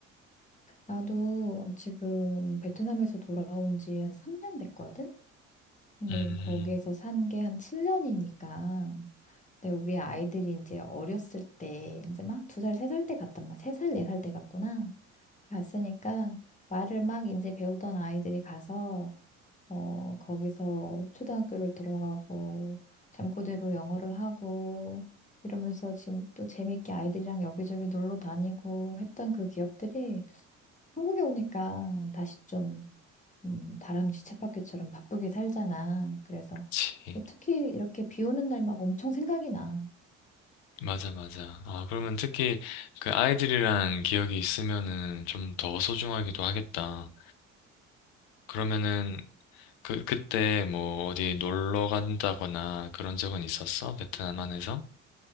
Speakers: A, on the left; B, on the left.
A: 나도 지금 베트남에서 돌아온 지 한 3년 됐거든? 근데
B: 음,
A: 거기에서 산 게 한 7년이니까. 근데 우리 아이들이 이제 어렸을 때, 이제 막 두 살, 세 살 때 갔단 말이야. 세 살, 네 살 때 갔구나. 갔으니까 말을 막 이제 배우던 아이들이 가서 어 거기서 초등학교를 들어가고 잠꼬대로 영어를 하고 이러면서 지금 또 재밌게 아이들이랑 여기저기 놀러 다니고 했던 그 기억들이 한국에 오니까 다시 좀 음, 다람쥐 쳇바퀴처럼 바쁘게 살잖아. 그래서
B: 그치.
A: 특히 이렇게 비 오는 날 막 엄청 생각이 나.
B: 맞아, 맞아. 아, 그러면 특히 그 아이들이랑 기억이 있으면은 좀 더 소중하기도 하겠다. 그러면은 그, 그때 뭐 어디 놀러 간다거나 그런 적은 있었어? 베트남 안에서?